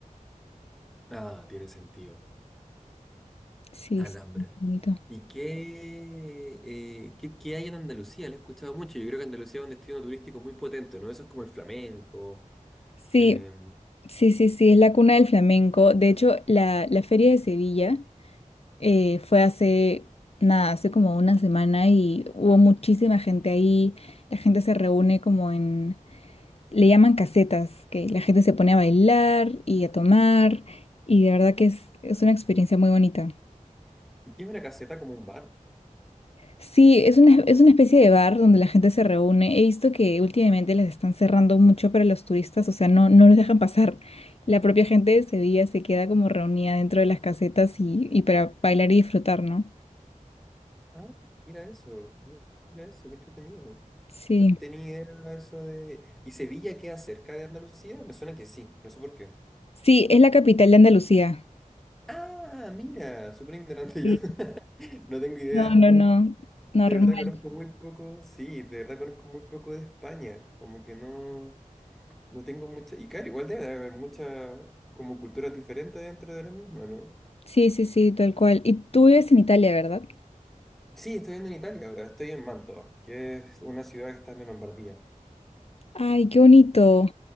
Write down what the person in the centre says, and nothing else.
Ah, tiene sentido.
Alhambra.
¿Y qué, eh, qué, qué hay en Andalucía? Lo he escuchado mucho. Yo creo que Andalucía es un destino turístico muy potente, ¿no? Eso es como el flamenco.
Eh,
¿y qué es una caseta como un bar?
Ah, mira eso, mira eso, qué entretenido.
No tenía idea de eso de... ¿Y Sevilla queda cerca de Andalucía? Me suena que sí, no sé por qué.
Ah, mira, súper ignorante
yo. <laughs> No tengo idea.
De verdad conozco muy poco, sí, de verdad conozco muy poco de España. Como que no, no tengo mucha... Y claro, igual debe haber mucha como culturas diferentes dentro de la misma, ¿no?
Sí, estoy viendo en Italia ahora, estoy en Mantova, que es una ciudad que está en la Lombardía.